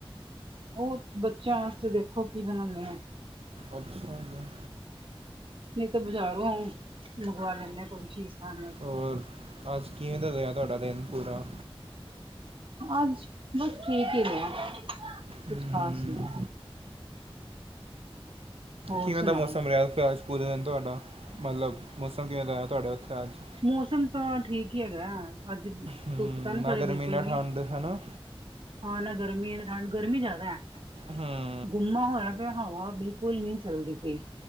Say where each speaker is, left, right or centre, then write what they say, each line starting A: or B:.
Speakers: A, on the right; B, on the right.
A: ਔਰ ਬੱਚਿਆਂ ਵਾਸਤੇ ਦੇਖੋ ਕੀ ਬਣਾਣੀ ਆ।
B: ਅੱਛਾ ਜ
A: ਨਹੀ ਤਾਂ ਬਜ਼ਾਰੋਂ ਮੰਗਵਾ ਲੈਂਣੇ ਆ ਕੋਈ ਚੀਜ਼ ਖਾਣ ਵਾ
B: ਹੋਰ ਅੱਜ ਕਿਵੇ ਦਾ ਰਿਹਾ ਤੁਹਾਡਾ ਦਿਨ ਪੂਰਾ?
A: ਅੱਜ ਬਸ ਠੀਕ ਈ ਰਿਹਾ ਕੁਛ
B: ਹੂੰ,
A: ਖ਼ਾਸ ਨੀ। ਹੋਰ
B: ਕਿਵੇਂ
A: ਸੁਣਾਓ
B: ਦਾ ਮੌਸਮ ਰਿਹਾ ਉੱਥੇ ਅੱਜ ਪੂਰੇ ਦਿਨ ਤੁਹਾਡਾ ਮਤਲਬ ਮੌਸਮ ਕਿਵੇਂ ਦਾ ਰਿਹਾ ਤੁਹਾਡਾ ਉੱਥੇ ਅੱਜ?
A: ਮੌਸਮ ਤਾਂ ਠੀਕ ਈ ਹੈਗਾ ਐ ਅੱਜ ਧੁੱਪ
B: ਹੂੰ,
A: ਤਾਂ ਨੀ
B: ਨਾ
A: ਚੜੀ
B: ਗਰਮੀ
A: ਬਿਲਕੁਲ
B: ਨਾ
A: ਵੀ।
B: ਠੰਡ ਹੈ ਨਾ
A: ਹਾਂ ਨਾ ਗਰਮੀ ਨਾ ਠੰਡ ਗਰਮੀ ਜ਼ਿਆਦਾ।
B: ਹੂੰ।
A: ਗੁੰਮਾ ਹੋਇਆ ਪਿਆ ਹਵਾ ਬਿਲਕੁੱਲ ਨੀ ਚੱਲਦੀ ਪੀ।